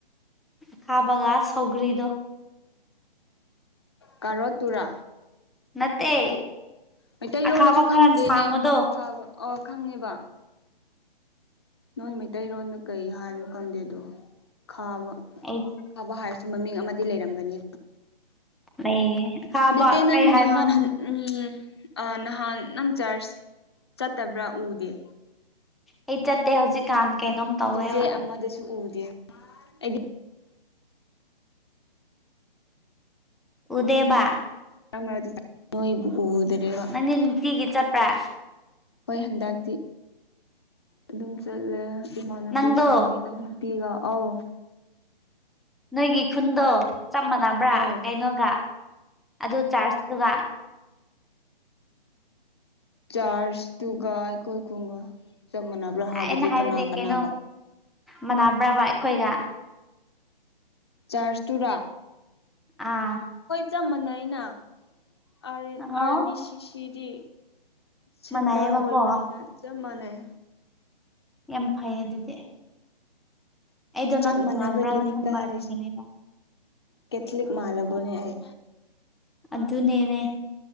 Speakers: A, in the centre; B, on the left.
A: ꯑ ꯈꯥꯕꯉꯥ ꯁꯧꯒꯔꯤꯗꯣ
B: ꯀꯥ ꯇꯨꯔ
A: <unintelligible> <inaudible> ꯅꯠꯇꯦ
B: ꯃꯩꯇꯩꯂꯣꯟꯗꯁꯨ
A: ꯑꯈꯥꯕ
B: ꯈꯪꯗꯦꯅꯦ
A: ꯈꯔ ꯁꯥꯡꯕꯗꯣ
B: ꯈꯥꯕ ꯑ ꯈꯪꯉꯦꯕ ꯅꯣꯏ ꯃꯩꯇꯩꯔꯣꯟꯗ ꯀꯩ ꯍꯥꯏꯅꯣ ꯈꯪꯗꯦꯗꯣ ꯈꯥꯕ
A: ꯑꯩ
B: ꯈꯥꯕ ꯍꯥꯏꯔꯁꯨ ꯃꯃꯤꯡ ꯑꯃꯗꯤ ꯂꯩꯔꯝꯒꯅꯤ
A: ꯂꯩꯌꯦ ꯑꯈꯥꯕ
B: ꯅꯠꯇꯦ ꯅꯪ
A: ꯀꯩ ꯍꯥꯏꯕꯅꯣ
B: ꯅꯍꯥꯟ ꯎꯝ ꯑ ꯅꯍꯥꯟ ꯅꯪ ꯆꯥꯔꯆ ꯆꯠꯇꯕ꯭ꯔꯥ ꯎꯗꯦ
A: ꯑꯩ ꯆꯠꯇꯦ ꯍꯧꯖꯤꯛꯀꯥꯟ ꯀꯩꯅꯣꯝ ꯇꯧꯋꯦꯕ
B: ꯆꯦꯆꯦ ꯑꯃꯗꯁꯨ ꯎꯗꯦ ꯑꯩꯗꯤ
A: ꯎꯗꯦꯕ
B: ꯑꯗꯨ ꯅꯣꯏꯕꯨ ꯎꯗ꯭ꯔꯦꯕ
A: ꯅꯪꯗꯤ ꯅꯨꯡꯇꯤꯒꯤ ꯆꯠꯄ꯭ꯔꯥ
B: ꯍꯣꯏ ꯍꯟꯗꯛꯇꯤ ꯑꯗꯨꯝ ꯆꯠꯂꯦ ꯏꯃꯥꯟꯅꯨꯄꯤꯁꯤꯡꯒ
A: ꯅꯪꯗꯣ
B: ꯏꯅꯥꯎꯅꯨꯄꯤꯒ ꯑꯧ
A: ꯅꯣꯏꯒꯤ ꯈꯨꯟꯗꯣ ꯆꯞ ꯃꯥꯟꯅꯕ꯭ꯔꯥ
B: ꯑꯧ
A: ꯀꯩꯅꯣꯒ ꯑꯗꯨ ꯆꯥꯔꯖꯗꯨꯒ
B: ꯆꯥꯔꯖꯇꯨꯒ ꯑꯩꯈꯣꯏꯈꯨꯝꯒ ꯆꯞ ꯃꯥꯟꯅꯕ꯭ꯔꯥ ꯍꯥꯏꯕꯗꯤ
A: ꯑꯩꯅ
B: ꯀꯅꯥ ꯀꯅꯥꯒ
A: ꯀꯩꯅꯣ ꯃꯥꯟꯅꯕ꯭ꯔꯕ ꯑꯩꯈꯣꯏꯒ
B: ꯆꯔꯖ ꯇꯨꯔꯥ
A: ꯑꯥ
B: ꯆ ꯃꯥꯟꯅꯅ ꯑꯥꯔ
A: ꯑꯣ
B: ꯕꯤ ꯁꯤ ꯁꯤꯗꯤ ꯁꯦꯟꯇꯔ
A: ꯃꯥꯟꯅꯩꯌꯦꯕꯀꯣ
B: ꯑꯣꯏꯕꯅꯤꯅ ꯆꯞ ꯃꯥꯟꯅꯩ
A: ꯌꯥꯝ ꯐꯩ ꯑꯗꯨꯗꯤ ꯑꯩꯗꯣ
B: ꯆꯞ
A: ꯅꯪ ꯇꯣꯉꯥꯟꯕ꯭ꯔꯅ
B: ꯃꯥꯟꯅꯕꯒꯤꯅꯦ
A: ꯈꯟꯕ
B: ꯀꯥꯔꯤꯁꯦ
A: ꯑꯗꯨꯒꯤꯅꯦꯕ
B: ꯀꯦꯊꯂꯤꯛ ꯃꯥꯥꯂꯒꯅꯤ ꯍꯥꯏ
A: ꯑꯗꯨꯅꯦꯅꯦ